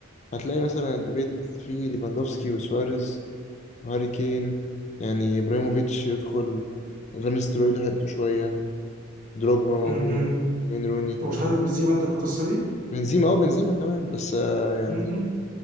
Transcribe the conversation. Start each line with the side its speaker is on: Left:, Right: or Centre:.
Left: هتلاقي مثلا الديبيت فيه ليفاندوفسكي وسواريز هاري كين يعني ابراهيموفيتش يدخل فان ستروي لحقته شويه دروجبا موجود
Right: امم
Left: وين روني
Right: ومش حاطط بنزيما انت في القصه دي
Left: بنزيما اه بنزيما كمان بس آه يعني
Right: م- م.